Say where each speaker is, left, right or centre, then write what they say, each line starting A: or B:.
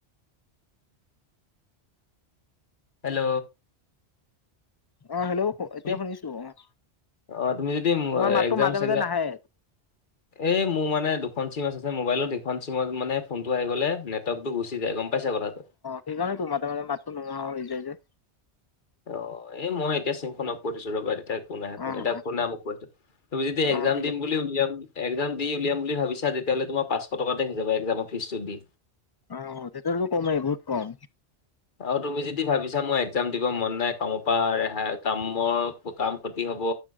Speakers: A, on the left; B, on the left.
A: হেল্ল'।
B: অ', হেল্ল' এতিয়া
A: শুনি-
B: শুনিছো অ'
A: অ', তুমি যদি মো-এক্জাম
B: তোমাৰ মাততো মাজে
A: চেক্জাম
B: মাজে নাহে
A: এ মোৰ মানে দুখন চিম আছে মোবাইলত সিখন চিমত মানে ফোনটো আহি গলে নেট ডাইতটো গুচি যায় গম পাইছা কথাটো।
B: সেইকাৰণে তোৰ মাতে মাজে মাতটো নোহোৱা হৈ যায় যে।
A: অ', এই মই এতিয়া চিমখন অফ কৰি থৈছোঁ ৰ'বা। এতিয়া একো নাই একো
B: অ
A: নাই। এতিয়া
B: অ
A: কো নাই মই কো তুমি যদি
B: অ
A: এক্সাম
B: ঠিক
A: দিম
B: আছে
A: বুলি উলিয়াম এক্জাম দি উলিয়াম বুলি ভাবিছা তেতিাহলে তোমাৰ পাঁশটকাতে হৈ যাব এক্জামৰ ফিজটো দি।
B: অ', তেতিয়াতো কম আহে বহুত কম।
A: আৰু তুমি যদি ভাবিছা মই এক্জাম দিব মন নাই কামৰ পৰা ৰেহাই কামৰ কাম ক্ষতি হব।